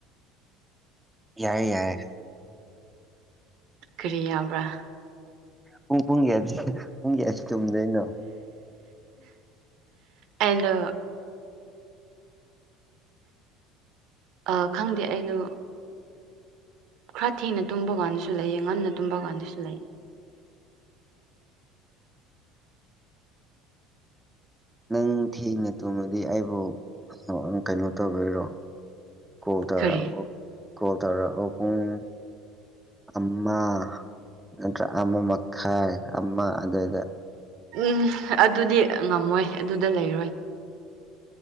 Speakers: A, in the centre; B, on the right.
A: ꯌꯥꯏ ꯌꯥꯏ
B: ꯀꯔꯤ ꯌꯥꯕ꯭ꯔꯥ
A: ꯄꯨꯡ ꯄꯨꯡ ꯀꯌꯥ ꯄꯨꯡ ꯀꯌꯥꯁꯤ ꯇꯨꯝꯗꯣꯏꯅꯣ?
B: ꯑꯩꯗꯣ ꯑ ꯈꯪꯗꯦ ꯑꯩꯅꯣ ꯈꯔ ꯊꯦꯡꯅ ꯇꯨꯝꯕ ꯀꯥꯟꯗꯁꯨ ꯂꯩꯑ ꯉꯟꯅ ꯇꯨꯝꯕ ꯀꯥꯟꯗꯁꯨ ꯂꯩꯑ
A: ꯅꯪ ꯊꯦꯡꯅ ꯇꯣꯃꯗꯤ ꯑꯩꯕꯨ ꯀꯩꯅꯣ ꯇꯧꯕꯗꯔꯣ ꯀꯣꯜ ꯇꯔꯛꯑꯣ
B: ꯀꯔꯤ
A: ꯀꯣꯜ ꯇꯔꯛꯑꯣ ꯄꯨꯡ ꯑꯃ ꯅꯠꯇ꯭ꯔ ꯑꯃ ꯃꯈꯥꯏ ꯑꯃ ꯑꯗꯨꯏꯗ
B: ꯎꯝ ꯑꯗꯨꯗꯤ ꯉꯝꯃꯣꯏ ꯑꯗꯨꯗ ꯂꯩꯔꯣꯏ